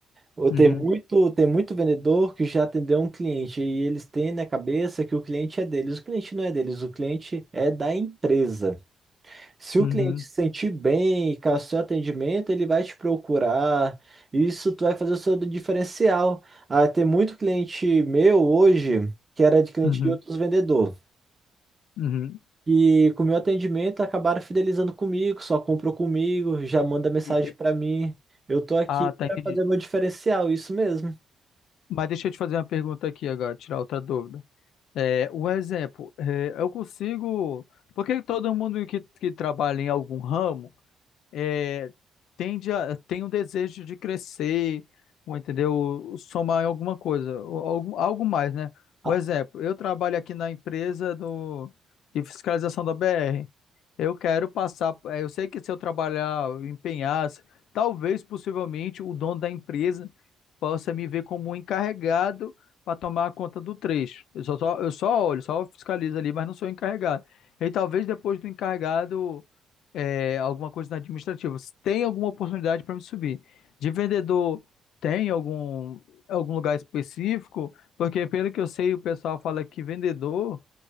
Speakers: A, on the right (about 25°); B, on the left (about 80°).
A: Ou Tem
B: Uhum,
A: muito, tem muito vendedor que já atendeu um cliente e eles têm na cabeça que o cliente é deles. O cliente não é deles, o cliente é da empresa. Se o
B: uhum,
A: cliente se sentir bem e com o seu atendimento, ele vai te procurar. Isso tu vai fazer o seu diferencial. Ah, tem muito cliente meu hoje que era de cliente
B: uhum,
A: de outros vendedores.
B: uhum.
A: E com o meu atendimento acabaram fidelizando comigo, só comprou comigo, já manda mensagem
B: Ente-
A: para mim. Eu tô aqui
B: Ah, tá,
A: para
B: entendi.
A: fazer meu diferencial, isso mesmo.
B: Mas deixa eu te fazer uma pergunta aqui agora, tirar outra dúvida. É, um exemplo, é, eu consigo. Porque todo mundo que, que trabalha em algum ramo. é, tende a, tem um desejo de crescer, ou, entendeu? Somar em alguma coisa, ou algo, algo mais, né? Por
A: Ah,
B: exemplo, eu trabalho aqui na empresa do, de fiscalização da BR. Eu quero passar, eh, eu sei que se eu trabalhar, eu empenhar, se- talvez, possivelmente, o dono da empresa possa me ver como um encarregado para tomar conta do trecho. Eu só, só- eu só olho, só fiscalizo ali, mas não sou encarregado. E talvez depois do encarregado é, alguma coisa na administrativa. Se Tem alguma oportunidade para me subir? De vendedor, tem algum, algum lugar específico? Porque, pelo que eu sei, o pessoal fala que vendedor,